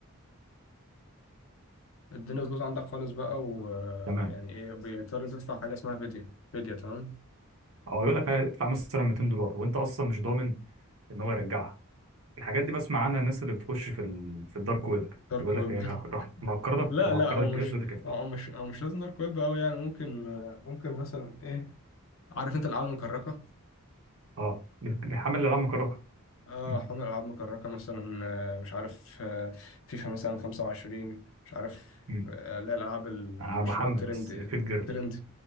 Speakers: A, on the left; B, on the right.
A: بتبوظ عندك خالص بقى ويعني
B: تمام
A: ايه بيضطر تدفع حاجة اسمها فيديا فيديا تمام
B: اه يقول لك هتدفع مثلا 200 دولار وانت اصلا مش ضامن ان هو يرجعها الحاجات دي بسمع عنها الناس اللي بتخش في ال... في الدارك ويب
A: دارك
B: يقول
A: ويب
B: لك ايه راح مهكر
A: <laughs> لا
B: لك مهكر
A: لا او
B: لك الجهاز
A: مش
B: ويقول لك ادفع
A: او مش او مش لازم دارك ويب قوي يعني ممكن آه، ممكن مثلا ايه عارف انت الالعاب المكركه
B: اه اللي بيحمل الالعاب مكركه
A: اه
B: مم.
A: حمل العاب مكركه مثلا آه، مش عارف آه، فيفا مثلا 25 مش عارف
B: مم.
A: آه، لا الالعاب المشهوره
B: انا بحمل
A: الترند
B: بس في الجيرل
A: ترند